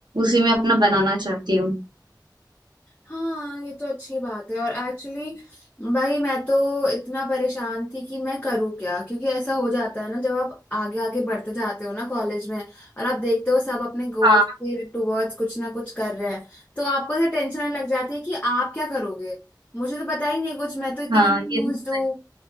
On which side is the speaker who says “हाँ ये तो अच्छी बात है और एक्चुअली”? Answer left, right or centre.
Left